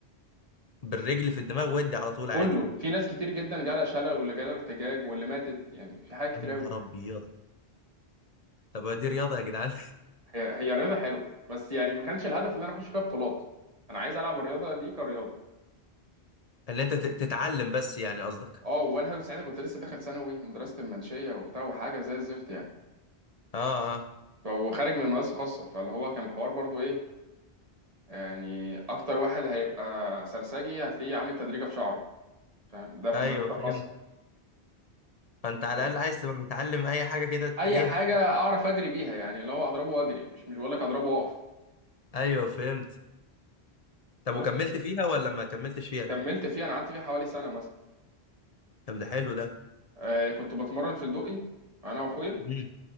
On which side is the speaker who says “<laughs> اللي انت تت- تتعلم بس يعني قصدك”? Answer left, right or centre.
Left